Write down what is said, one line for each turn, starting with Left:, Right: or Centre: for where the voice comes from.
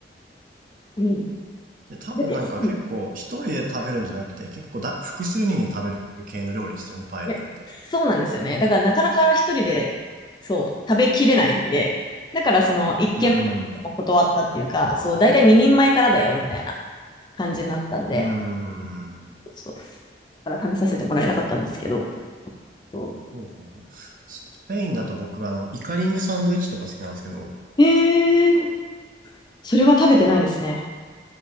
Left: うん。
Right: で、多分なんか結構一人で食べるんじゃなくて、
Left: でうん
Right: 結構だ、複数人で食べる系の料理ですよね、パエリアって。
Left: いや、そうなんですよね。だからなかなか一人で、そう、食べきれないんで、だからその一軒目も断ったっていうか、
Right: うん、う
Left: そう、だいたい2人前からだよみたいな感じになったんで、
Right: ーん。
Left: そう、だから食べさせてもらえなかったんですけど、そ
Right: ほうほうほう。スペインだと僕、あの、イカリングサンドイッチとか好きなんですけど、
Left: う。えー、それは食べてないですね。